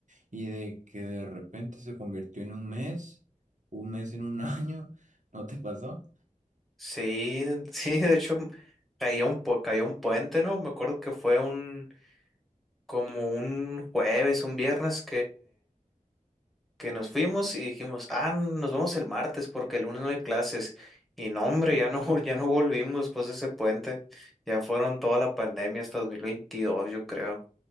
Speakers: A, on the right (about 65°); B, in the centre.
A: Y de que de repente se convirtió en un mes, un mes en un <laughs> año, ¿no te pasó?
B: Sí, <laughs> sí, de hecho, caía un, pu- caía un puente, ¿no? Me acuerdo que fue un, como un jueves, un viernes que nos fuimos y dijimos, ah, nos vemos el martes porque el lunes no hay clases. Y no, hombre, ya no, vol- ya no volvimos pues de ese puente. Ya fueron toda la pandemia hasta 2022, yo creo.